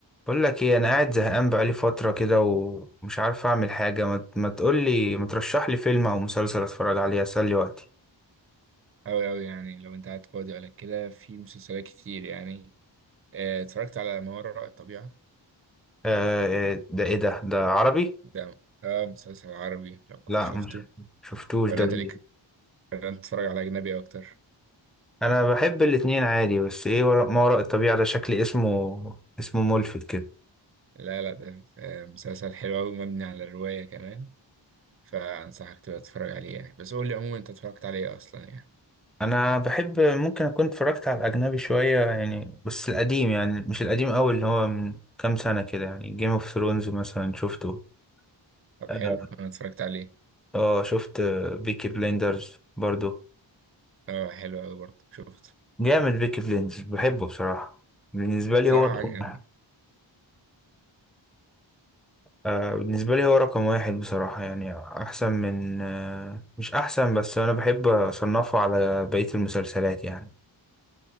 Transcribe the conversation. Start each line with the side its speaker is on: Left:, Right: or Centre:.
Centre: بقول لك ايه انا قاعد زهقان بقالي فتره كده ومش عارف اعمل حاجه ما, ما تقول لي ما ترشح لي فيلم او مسلسل اتفرج عليه اسلي وقتي
Right: أوي أوي يعني لو أنت قاعد فاضي ولا كده في مسلسلات كتير يعني آه، اتفرجت على ما وراء الطبيعة
Centre: آه آه، ده ايه ده ده عربي
Right: ده آه مسلسل عربي لو كنت
Centre: لا
Right: شفته
Centre: مش شفتوش
Right: ولا
Centre: ده
Right: أنت
Centre: جديد.
Right: ليك ولا أنت بتتفرج على أجنبي أكتر
Centre: انا بحب الاتنين عادي بس ايه ورا ما وراء الطبيعه ده شكل اسمه اسمه ملفت كده
Right: لا لا ده آه، مسلسل حلو أوي مبني على الرواية كمان فأنصحك تبقى تتفرج عليه يعني بس قول لي عموما أنت اتفرجت عليه إيه أصلا يعني
Centre: انا بحب ممكن اكون اتفرجت على الاجنبي شويه يعني بس القديم يعني مش القديم قوي اللي هو من كام سنه كده يعني جيم اوف ثرونز مثلا شفته
Right: طب
Centre: اه
Right: حلو أنا اتفرجت عليه
Centre: آه، شفت بيكي بليندرز برضو
Right: آه حلو أوي برضه شفته
Centre: جامد بيكي بليندز بحبه بصراحة بالنسبة لي
Right: صراحة
Centre: هو رقم
Right: يعني
Centre: آه بالنسبة لي هو رقم واحد بصراحة يعني أحسن من آه مش أحسن بس أنا بحب أصنفه على بقية المسلسلات يعني